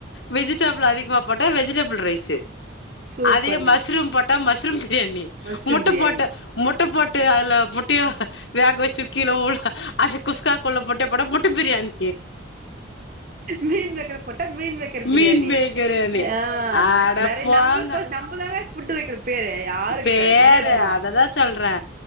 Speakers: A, on the left (about 65°); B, on the right (about 45°).
A: வெஜிடபுள் அதிகமா போட்டா வெஜிடபுள் ரைஸு
B: சூப்பருங்க
A: அதே மஷ்ரூம் போட்டா மஷ்ரூம் பிரியாணி
B: மஷ்ரூம்
A: முட்டப்போட்டு
B: பிரியாணி
A: முட்டப்போட்டு அதுல முட்டய வேக வச்சு கீழ உள்ள அது குஸ்காக்குள்ள முட்டய போட்டா முட்ட பிரியாணி
B: மீன் மேக்கரு போட்டா மீன் மேக்கரு பிரியாணி
A: மீன் பிரியாணி
B: ஆ
A: அட
B: நெறய
A: போங்க
B: நம்மொளுக் நம்மதான ஃபுட்டு் வைக்கிறோ பேரே யாருகிட்ட
A: பேரு
B: நம்மளே வச்சுக்லா
A: அததா சொல்றே